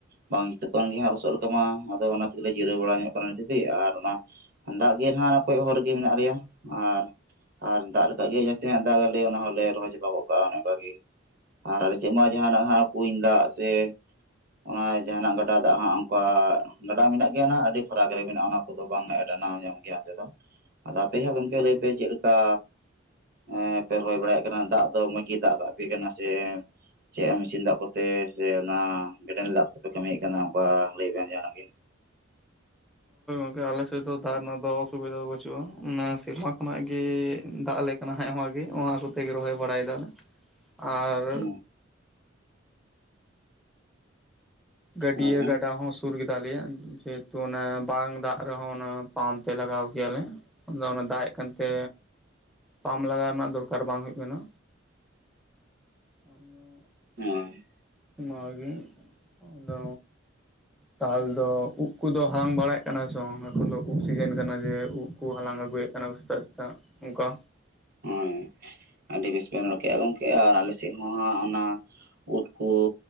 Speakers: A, on the right (about 50°); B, in the centre.
A: ᱵᱟᱝ ᱡᱩᱛᱩᱜ ᱠᱟᱱ ᱜᱮ ᱞᱚᱥᱚᱫ ᱞᱮᱠᱟᱢᱟ ᱟᱫᱚ ᱚᱱᱟ ᱛᱮᱜᱮ ᱡᱤᱨᱟᱹᱣ ᱵᱟᱲᱟ ᱧᱚᱜ ᱠᱟᱱᱟ ᱫᱷᱟᱹᱵᱤᱡ ᱟᱨ ᱚᱱᱟ, ᱫᱟᱜ ᱜᱮ ᱱᱟᱦᱟᱜ ᱠᱚᱭᱚᱜ ᱦᱚᱨ ᱨᱮᱜᱮ ᱢᱮᱱᱟᱜ ᱞᱮᱭᱟ ᱟᱨ ᱟᱨ ᱫᱟᱜ ᱫᱟᱜ ᱜᱮ ᱡᱮᱛᱮ ᱦᱟᱸᱜ ᱫᱟᱜ ᱟᱞᱮ ᱚᱱᱟ ᱦᱚᱸᱞᱮ ᱨᱚᱦᱚᱭ ᱪᱟᱵᱟ ᱠᱚᱜ ᱠᱟᱜ ᱚᱱᱮ ᱚᱱᱠᱟ ᱜᱮ, ᱟᱨ ᱟᱞᱮᱥᱮᱫ ᱢᱟ ᱡᱟᱦᱟᱱᱟᱜ ᱠᱩᱧ ᱫᱟᱜ ᱥᱮ ᱚᱱᱟ ᱡᱟᱦᱟᱱᱟᱜ ᱜᱟᱰᱟ ᱫᱟᱜ ᱦᱟᱸᱜ ᱚᱱᱠᱟ, ᱜᱟᱸᱰᱟ ᱢᱮᱱᱟᱜ ᱜᱮᱭᱟ ᱱᱟᱜ ᱟᱹᱰᱤ ᱯᱷᱟᱨᱟᱠ ᱨᱮ ᱢᱮᱱᱟᱜᱼᱟ ᱚᱱᱟ ᱠᱚᱫᱚ ᱵᱟᱝ ᱮᱰᱟᱱᱟᱣ ᱧᱟᱢ ᱜᱮᱭᱟ ᱚᱱᱛᱮ ᱫᱚ, ᱟᱫᱚ ᱯᱮ ᱦᱚᱸ ᱜᱚᱢᱠᱮ ᱞᱟᱹᱭ ᱯᱮ ᱪᱮᱫ ᱞᱮᱠᱟ, ᱮ ᱯᱮ ᱨᱚᱦᱚᱭ ᱵᱟᱲᱟᱭᱮᱫ ᱠᱟᱱᱟ ᱫᱟᱜ ᱫᱚ ᱢᱚᱸᱡᱽ ᱜᱮ ᱫᱟᱜ ᱠᱟᱜᱯᱮ ᱠᱟᱱᱟ ᱥᱮ, ᱪᱮᱫ ᱢᱮᱥᱤᱱ ᱫᱟᱜ ᱠᱚᱛᱮ ᱥᱮ ᱚᱱᱟ ᱠᱮᱱᱮᱞ ᱫᱟᱜ ᱠᱚᱯᱮ ᱠᱟᱹᱢᱤᱭᱮᱫ ᱠᱟᱱᱟ ᱚᱱᱠᱟ ᱞᱟᱹᱭᱵᱮᱱ ᱡᱟᱦᱟᱱᱟᱜ ᱜᱮ, <inaudible>
B: ᱜᱚᱢᱠᱮ ᱟᱞᱮᱥᱮᱫ ᱫᱚ ᱛᱟᱦᱮᱱ ᱨᱮᱱᱟᱜ ᱫᱚ ᱚᱥᱩᱵᱤᱫᱟ ᱫᱚ ᱵᱟᱹᱪᱩᱜᱼᱟ ᱚᱱᱟ ᱥᱮᱨᱢᱟ ᱠᱷᱚᱱᱟᱜ ᱜᱮ ᱫᱟᱜ ᱟᱞᱮ ᱠᱟᱱᱟ ᱦᱟᱜ ᱟᱹᱭᱢᱟ ᱜᱮ ᱚᱱᱟ ᱠᱚᱛᱮᱜᱮ ᱨᱚᱦᱚᱭ ᱵᱟᱲᱟᱭ ᱫᱟᱞᱮ
A: <inaudible>
B: ᱟᱨ
A: ᱦᱮᱸ
B: ᱜᱟᱹᱰᱤᱭᱟᱹ
A: ᱟᱨ ᱵᱟᱝ
B: ᱜᱟᱸᱰᱟ ᱦᱚᱸ ᱥᱩ ᱥᱩᱨ ᱛᱟᱞᱮᱭᱟ ᱡᱮᱦᱮᱛᱩ ᱚᱱᱟ ᱵᱟᱝ ᱫᱟᱜ ᱨᱮᱦᱚᱸ ᱚᱱᱟ ᱯᱟᱢ ᱛᱮ ᱞᱟᱜᱟᱣ ᱠᱮᱭᱟᱞᱮ ᱟᱫᱚ ᱚᱱᱟ ᱫᱟᱜ ᱮᱜ ᱠᱟᱱᱛᱮ ᱯᱟᱢ ᱞᱟᱜᱟᱣ ᱨᱮᱱᱟᱜ ᱫᱚᱨᱠᱟᱨ ᱵᱟᱝ ᱦᱩᱭᱩᱜᱼᱟ ᱠᱟᱱᱟ, ᱟᱫᱚ
A: ᱦᱚᱭ
B: ᱚᱱᱟᱜᱮ ᱟᱫᱚ ᱛᱟᱞᱫᱚ ᱩᱵ ᱠᱚᱫᱚ ᱦᱟᱞᱟᱝ ᱵᱟᱲᱟᱭᱮᱫ ᱠᱟᱱᱟ ᱥᱮ ᱵᱟᱝ ᱮᱠᱷᱚᱱ ᱫᱚ ᱩᱵ ᱥᱤᱡᱮᱱ ᱠᱟᱱᱟ ᱡᱮ ᱩᱫ ᱠᱚ ᱦᱟᱞᱟᱝ ᱟᱹᱜᱩᱭᱮᱫ, ᱥᱮᱛᱟᱜ ᱥᱮᱛᱟᱜ ᱚᱱᱠᱟ
A: ᱦᱳᱭ ᱟᱹᱰᱤ ᱵᱮᱥᱤ ᱵᱮᱱ ᱨᱚᱲᱠᱮᱜᱼᱟ ᱜᱚᱢᱠᱮ ᱟᱨ ᱟᱞᱮᱥᱮᱫ ᱦᱚᱸ ᱦᱟᱸᱜ ᱚᱱᱟ ᱩᱫ ᱠᱩ